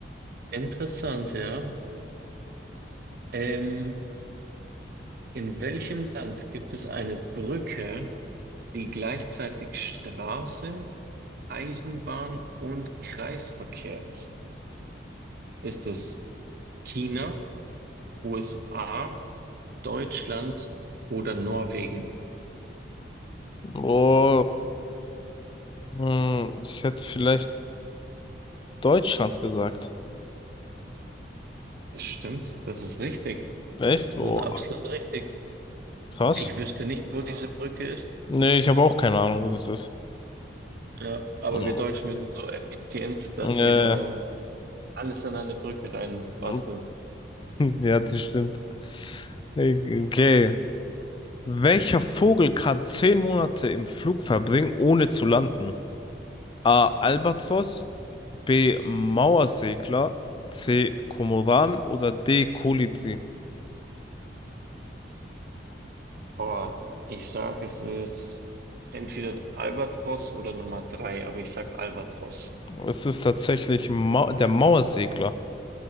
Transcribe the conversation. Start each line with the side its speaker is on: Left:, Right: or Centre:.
Right: Interessant, ja. Ähm, in welchem Land gibt es eine Brücke, die gleichzeitig Straße, Eisenbahn und Kreisverkehr ist? Ist es China, USA, Deutschland oder Norwegen?
Left: Oh, hm, ich hätte vielleicht Deutschland gesagt.
Right: Das stimmt, das ist richtig.
Left: Echt? Oh,
Right: Das ist absolut richtig.
Left: krass.
Right: Ich wüsste nicht, wo diese Brücke ist.
Left: Nee, ich habe auch keine Ahnung, wo das ist.
Right: Ja, aber
Left: Mhm.
Right: wir Deutschen, wir sind so effizient, dass
Left: Äh,
Right: wir da alles an eine Brücke reinbasteln.
Left: <laughs> ja, das stimmt. Okay. Welcher Vogel kann zehn Monate im Flug verbringen, ohne zu landen? A. Albatros, B. Mauersegler, C. Kormoran oder D. Kolibri?
Right: Boah, ich sag, es ist entweder Albatros oder Nummer 3, aber ich sag Albatros.
Left: Es ist tatsächlich Mau der Mauersegler.